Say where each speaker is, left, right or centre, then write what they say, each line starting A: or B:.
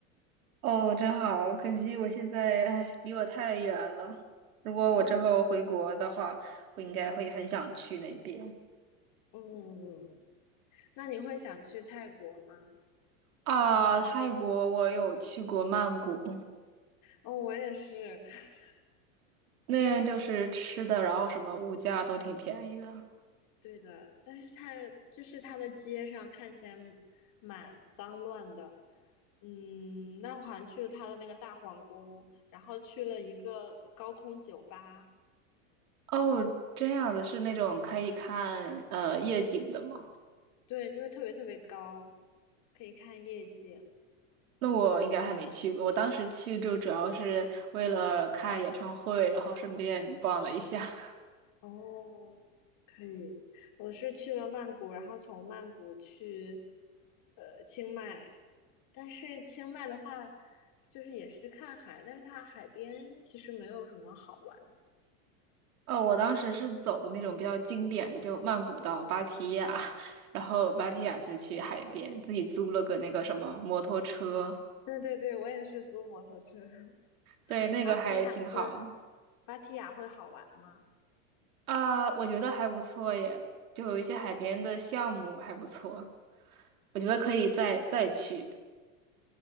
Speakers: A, on the right; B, on the left.
A: 哦，真好，可惜我现在，哎，离我太远了。如果我之后回国的话，
B: <laughs>
A: 我应该会很想去那边。
B: 嗯，那你会想去泰国吗？
A: 啊，泰国我有去过曼谷，
B: 哦，我也是。<laughs>
A: 那边就是吃的，然后什么物价都挺便宜的。
B: 对的，但是它就是它的街上看起来蛮脏乱的。嗯，那我好像去了它的那个大皇宫，然后去了一个高空酒吧，
A: 哦，这样子是那种可以看呃夜景的吗？
B: 对，就是特别特别高，可以看夜景。
A: 那我应该还没去过，我当时去就主要是为了看演唱会，然后顺便逛了一下。
B: 哦，可以。我是去了曼谷，然后从曼谷去呃清迈，但是清迈的话，就是也是看海，但是它海边其实没有什么好玩的。
A: 哦，我当时是走了那种比较经典的，就曼谷到芭提雅，<laughs> 然后芭提雅就去海边，自己租了个那个什么摩托车，
B: 对对对，我也是租摩托车。<laughs>
A: 对，那个还挺好
B: 芭提雅会，芭提雅会好玩吗？
A: 啊，我觉得还不错耶，就有一些海边的项目还不错，我觉得可以再再去，